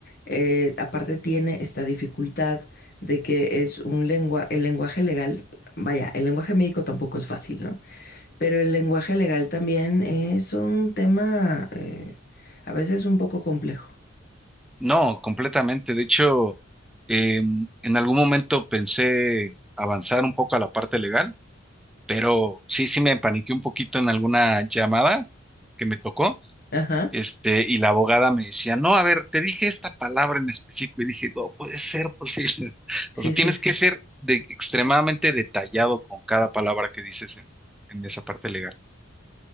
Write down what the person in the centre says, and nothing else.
No, completamente. De hecho, em, en algún momento pensé avanzar un poco a la parte legal, pero sí, sí me paniqué un poquito en alguna llamada que me tocó
Este, y la abogada me decía, no, a ver, te dije esta palabra en específico y dije, no puede ser posible. <laughs>
O sea, tienes
que ser de- extremadamente detallado con cada palabra que dices en, en esa parte legal.